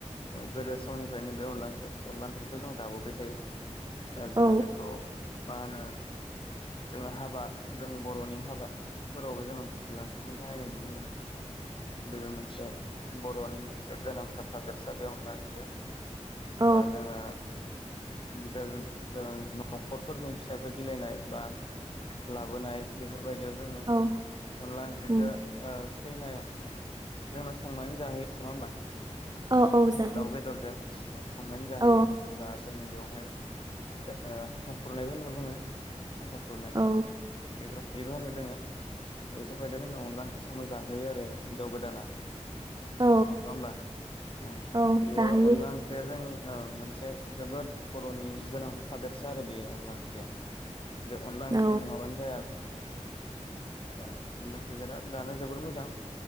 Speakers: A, on the left; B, on the right.
A: गोदो समनिफ्रायनो बे अनला ओंख्रि अनला ओंख्रिखौ जों जाबोबाय थायो। अ जोङो
B: औ
A: बेखौ मा होनो जोङो हाबा जोंनि बरनि हाबा बेफोरावबो जोङो अनला ओंख्रिखौ बाहायनाय नुनो मोनो। बेयो मोनसे बरनि मोनसे गोनांथार थादेरसा बे अनला ओंख्रिया।
B: औ
A: बा जोङो द द नखरफोरनि फिसाजो बिलाइनाय बा लाबोनाय बेफोरबायदियाव जोङो
B: औ
A: अनला ओंख्रिखौ
B: उम
A: ओ खैनाया जोंङा संनानै जाहोयो नङा होमबा?
B: औ औ जाहो
A: दाउ बेदरजों उ संनानै जाहैयो
B: औ
A: बा जोङो बेवहाय औ हाथा खुरनायबो ना बुङो हाथा खुरनाय
B: औ
A: एग्र दिबो होनो जोङो बेफोरबायदियाव थांना अनला ओंख्रि संनो जाहोयो आरो जाव गोदाना
B: औ
A: नङा होमबा ओं
B: औ
A: बेयो
B: जाहोयो
A: अनला ओंख्रिया जोंनि औ मोनसे जोबोद बरनि गोनांथार सादोरसा आरो बेयो अनला ओंख्रिया। बे अनला
B: औ
A: ओंख्रि नङाबानो जाया <inaudible> <unintelligible> जानो जोबोर मोजां।